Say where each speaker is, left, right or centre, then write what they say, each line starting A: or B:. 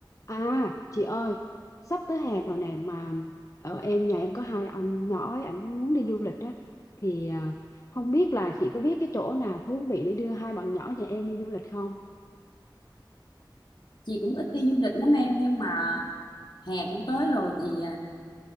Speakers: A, on the left; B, on the left.
A: À chị ơi sắp tới hè rồi nè mà ở em nhà em có hai anh nhỏ ấy ảnh muốn đi du lịch á thì à, không biết là chị có biết cái chỗ nào thú vị để đưa hai bạn nhỏ nhà em đi du lịch không?
B: chị cũng ít đi du lịch lắm em nhưng mà hè cũng tới rồi thì à,